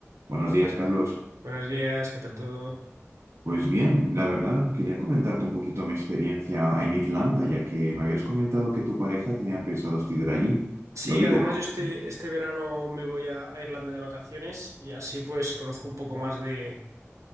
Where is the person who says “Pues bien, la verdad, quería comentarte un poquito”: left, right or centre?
Right